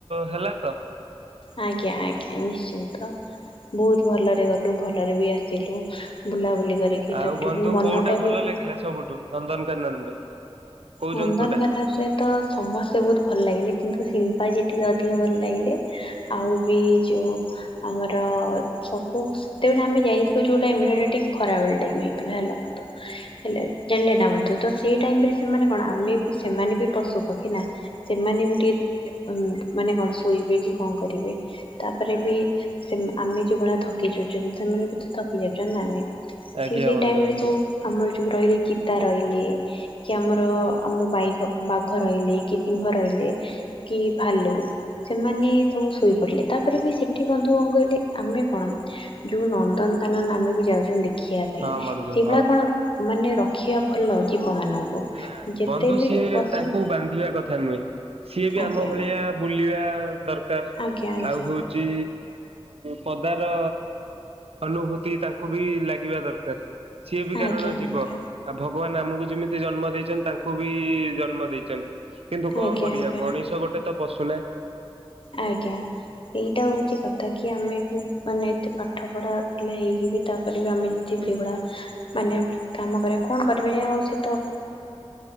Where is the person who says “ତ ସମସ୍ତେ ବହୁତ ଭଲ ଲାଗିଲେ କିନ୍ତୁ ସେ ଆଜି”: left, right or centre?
Left